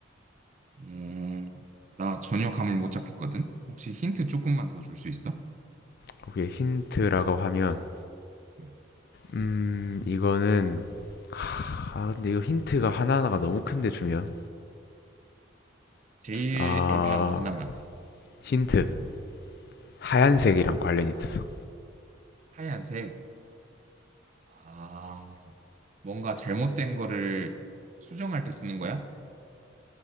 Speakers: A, on the right; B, on the left.
A: 음, 나 전혀 감을 못 잡겠거든? 혹시 힌트 조금만 더 줄 수 있어?
B: 그게 힌트라고 하면
A: 음,
B: 음 이거는 아 근데 이거 힌트가 하나하나가 너무 큰데 주면
A: 제일
B: 아
A: 애매한 거 하나만.
B: 힌트 하얀색이랑 관련이 있어.
A: 하얀색. 아, 뭔가 잘못된 거를 수정할 때 쓰는 거야?